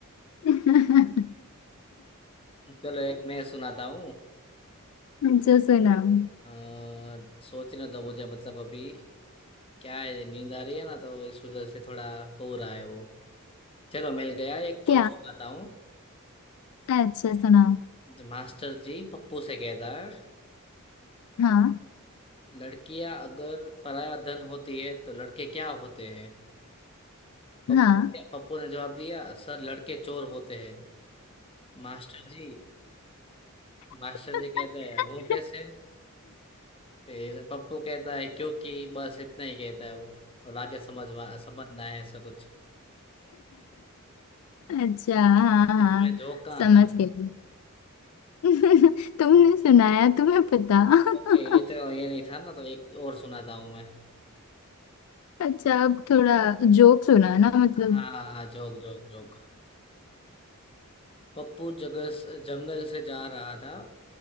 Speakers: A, on the left; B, on the left.
A: <laughs>
B: <laughs> चलो एक मैं सुनाता हूँ
A: अच्छा सुनाओ
B: अ, सोचने दो मुझे मतलब अभी क्या है नींद आ रही है ना तो इस वजह से थोड़ा हो रहा है वो। चलो मिल गया एक जोक
A: क्या
B: सुनाता हूँ
A: अच्छा सुनाओ
B: तो मास्टर जी पप्पू से कहता है
A: हाँ
B: लड़कियां अगर पराया धन होती है तो लड़के क्या होते हैं पप्पू
A: हाँ
B: पप्पू ने जवाब दिया सर लड़के चोर होते हैं मास्टर जी मास्टर
A: <laughs>
B: जी कहता है वो कैसे फिर पप्पू कहता है क्योंकि बस इतना ही कहता है वो और आगे समझवा समझना है ऐसा कुछ
A: अच्छा हाँ हाँ
B: इसमें जोक कहाँ
A: समझ
B: था
A: गई <laughs> तुमने सुनाया तुम्हें पता <laughs>
B: ओके ये तो ये नहीं था ना तो एक और सुनाता हूँ मैं
A: अच्छा अब थोड़ा जोक सुना ना मतलब
B: हाँ हाँ जोक जोक जोक पप्पू जगह जंगल से जा रहा था